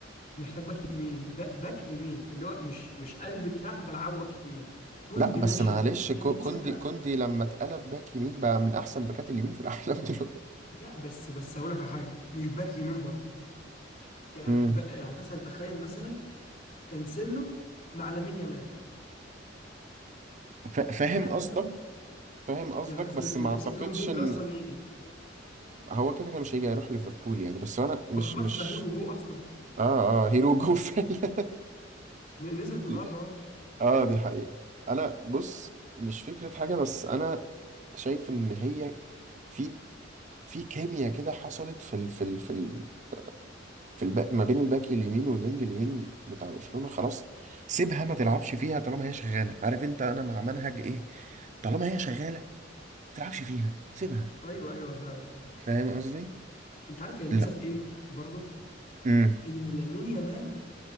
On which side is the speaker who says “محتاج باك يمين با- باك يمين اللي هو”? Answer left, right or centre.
Left